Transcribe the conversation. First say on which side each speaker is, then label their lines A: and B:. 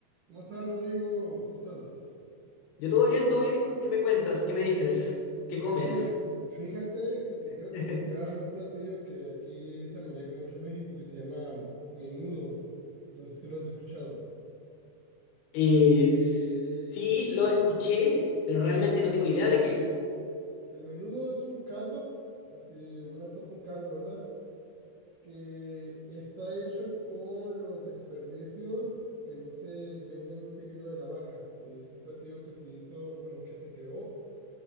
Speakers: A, on the right; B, on the left.
A: ¿Cómo estás, Rodrigo? ¿Cómo estás?
B: Yo todo bien, todo bien. ¿Y tú qué me cuentas? ¿Qué me dices? ¿Qué
A: Fíjate,
B: comes?
A: fíjate que te
B: <laughs>
A: quiero platicar de un platillo que aquí se maneja mucho en México que se llama menudo. No sé si lo has escuchado.
B: Eh, sí, lo escuché, pero realmente no tengo idea de qué es.
A: El menudo es un caldo, así una sopa, un caldo, ¿verdad? Que está hecho con los desperdicios que no se penden muy seguido de la vaca. Es un platillo que se hizo, bueno, que se creó